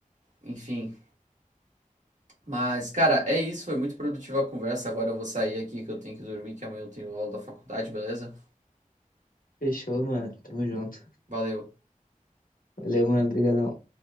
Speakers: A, on the right; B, on the left.
A: Enfim. Mas, cara, é isso. Foi muito produtiva a conversa. Agora eu vou sair aqui que eu tenho que dormir, que amanhã eu tenho aula da faculdade, beleza?
B: fechou, mano. Tamo junto.
A: Valeu.
B: Valeu, mano. Obrigadão.